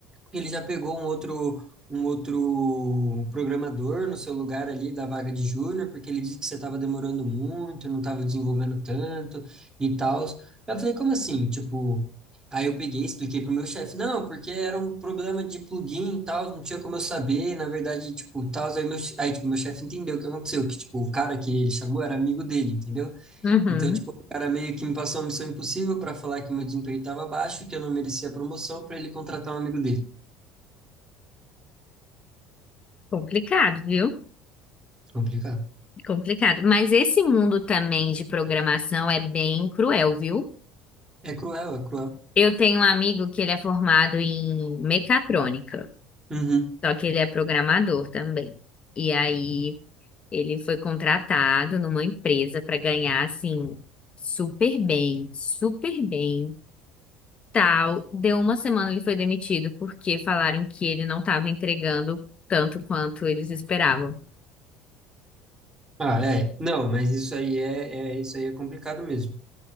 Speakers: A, on the right (about 20°); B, on the left (about 35°).
A: Ele já pegou um outro um outro programador no seu lugar ali da vaga de júnior, porque ele disse que você estava demorando muito, não estava desenvolvendo tanto e tal. Eu falei, como assim? Tipo, aí eu peguei, expliquei pro meu chefe, não, porque era um problema de plugin e tal, não tinha como eu saber, na verdade, tipo, tal, aí meu, che- aí, tipo, meu chefe entendeu o que aconteceu, que, tipo, o cara que ele chamou era amigo dele, entendeu?
B: Uhum,
A: Então, tipo, o cara meio que me passou uma missão impossível para falar que meu desempenho estava baixo, que eu não merecia promoção, para ele contratar um amigo dele.
B: complicado, viu?
A: Complicado.
B: Complicado. Mas esse mundo também de programação é bem cruel, viu?
A: É cruel, é cruel.
B: Eu tenho um amigo que ele é formado em mecatrônica,
A: Uhum.
B: só que ele é programador também. E aí ele foi contratado numa empresa para ganhar assim super bem, super bem. Tal, deu uma semana ele foi demitido porque falaram que ele não estava entregando tanto quanto eles esperavam.
A: Ah, é. Não, mas isso aí é, é, isso aí é complicado mesmo.